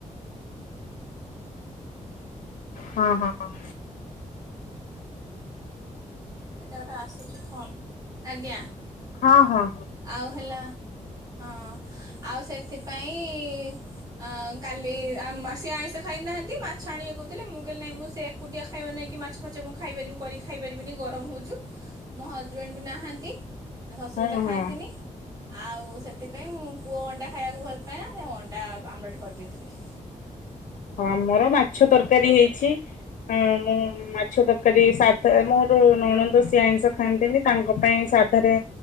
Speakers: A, on the left; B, on the right.
A: ହଁ ହଁ ହଁ
B: ଏଟା ଗୋଟେ ଆସୁଛି ଫୋନ୍ ଆଜ୍ଞା।
A: ହଁ ହଁ।
B: ଆଉ ହେଲା ହଁ ଆଉ ସେଥିପାଇଁ। ଆ କାଲି ସେ ଆଇଁଷ ଖାଇନାହାନ୍ତି ମାଛ ଆଣିବା କହୁଥିଲେ ମୁଁ କହିଲି ନାହିଁ ମୁଁ ସେ କୁଣ୍ଡିଆ ଖାଇବ ନାଇଁ କି ମାଛ ଫାଛ ମୁଁ ଖାଇ ପାରିବି କରିିକ ଖାଇ ପାରିବିନି ଗ ତ ହୋଉଛୁ ମୋ ହଜବେଣ୍ଡ ବି ନାହାନ୍ତି ଶଶୁର
A: ହଁ
B: ତ
A: ହଁ
B: ଖାଆନ୍ତିନି। ଆଉ ସେଥିପାଇଁ ମୁଁ ପୁଅ ଅଣ୍ଡା ଖାଇବାକୁ ଭଲ ପାଏ ନା ସେ ଅଣ୍ଡା ଆମଲଟ କରିଦେଇଥିଲି।
A: ଆମର ମାଛ ତରକାରୀ ହେଇଛି ଆ ମୁ ମାଛ ତରକାରୀ ସାଧା ମୋର ନଣନ୍ଦ ସେ ଆଇଁଷ ଖାଆନ୍ତିନି ତାଙ୍କ ପାଇଁ ସାଧାରେ।